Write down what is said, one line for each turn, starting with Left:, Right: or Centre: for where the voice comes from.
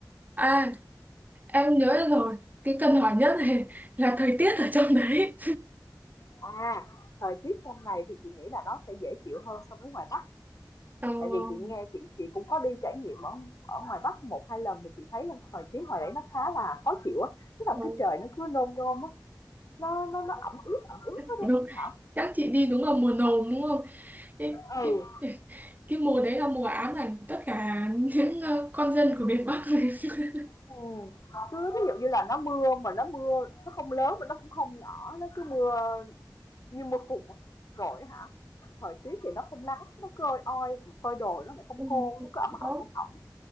Right: à em nhớ ra rồi cái cần hỏi nhất này <laughs> là thời tiết ở trong đấy
Left: à thời tiết trong này thì chị nghĩ là nó sẽ dễ chịu hơn so với ngoài Bắc
Right: <laughs> ờ,
Left: tại vì chị nghe chị chị cũng có đi trải nghiệm ở ở ngoài Bắc một hai lần thì chị thấy là thời tiết ngoài đấy nó khá là khó chịu á tức
Right: ờ,
Left: là cái trời nó cứ nôm nôm á nó nó nó ẩm ướt ẩm ướt hết
Right: đúng.
Left: đúng không Thảo
Right: chắc chị đi đúng là mùa nồm đúng không cái
Left: Ừ,
Right: cái cái cái mùa đấy là mùa ám ảnh của tất cả <laughs> những ờ, con dân của miền Bắc <laughs>
Left: ừm, cứ thí dụ như là nó mưa mà nó mưa nó không lớn mà nó cũng không nhỏ, nó cứ mưa như mưa phùn á. Rồi hả, thời tiết thì nó không nắng, nó cứ oi oi, phơi đồ nó lại không
Right: Ừ,
Left: khô, nó cứ ẩm
Right: đó.
Left: ẩm ẩm ẩm.